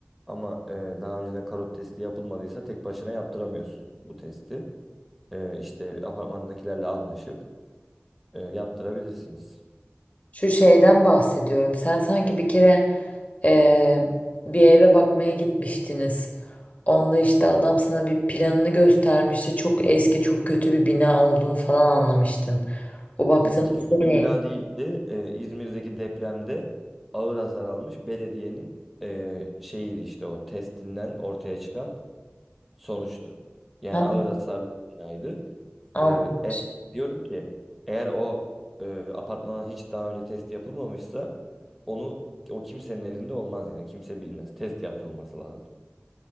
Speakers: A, in the centre; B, on the left (about 35°).
A: Ama e, daha önceden karot testi yapılmadıysa tek başına yaptıramıyorsun bu testi. E, işte apartmandakilerle anlaşıp e, yaptırabilirsiniz.
B: Şu şeyden bahsediyorum. Sen sanki bir kere eee, bir eve bakmaya gitmiştiniz. Onda işte adam sana bir planını göstermişti. Çok eski, çok kötü bir bina olduğunu falan anlamıştın. O baktığın
A: Eski kötü
B: şey ne?
A: bina değildi. E, İzmir'deki depremde ağır hasar almış belediyenin e, şeyiydi işte o testinden ortaya çıkan sonuçtu. Yani
B: Ha,
A: ağır hasarlı bir binaydı.
B: anlamış.
A: Ee, e- diyorum ki eğer o e, apartmana hiç daha önce test yapılmamışsa onu o kimsenin elinde olmaz yani kimse bilmez. Test yapılması lazım.